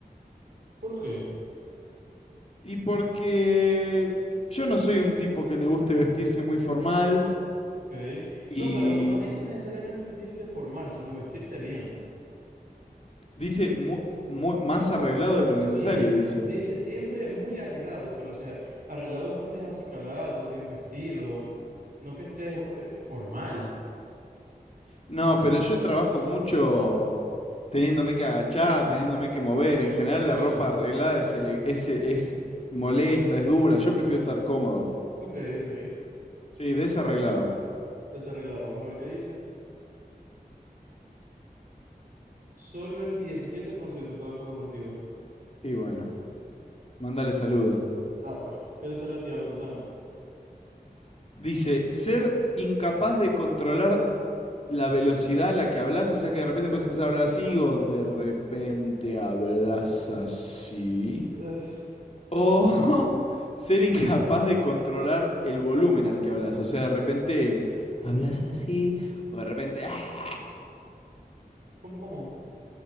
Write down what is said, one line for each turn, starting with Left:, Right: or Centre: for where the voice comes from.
Right: ¿Por qué?
Left: Y porque yo no soy un tipo que le guste vestirse muy formal
Right: Ok.
Left: y
Right: No, pero no dice necesariamente vestirte formal, sino vestirte bien.
Left: dice mu- mu- más arreglado de lo necesario,
Right: Sí,
Left: dice.
Right: dice siempre muy arreglado, pero o sea, arreglado es que estés acicalado, bien vestido, no que estés eh, formal.
Left: No, pero yo trabajo mucho teniéndome que agachar, teniéndome que mover. En general
Right: Ok.
Left: la ropa arreglada es, ele- es, es molesta, es dura. Yo prefiero estar cómodo.
Right: Ok, ok.
Left: Sí, desarreglado.
Right: Desarreglado. Vamos a ver qué dice. Solo el diecisiete por ciento. está de acuerdo contigo.
Left: Y bueno, mándale saludos.
Right: Ah, pues. ¿Qué te salió a ti? A ver, contame.
Left: Dice, ser incapaz de controlar la velocidad a la que hablas, o sea que de repente puedes empezar a hablar así o de repente hablas así.
Right: Ugh,
Left: O <laughs> ser incapaz de controlar el volumen al que hablas, o sea, de repente hablas así o de repente... ¡ah!
Right: ¿cómo, cómo?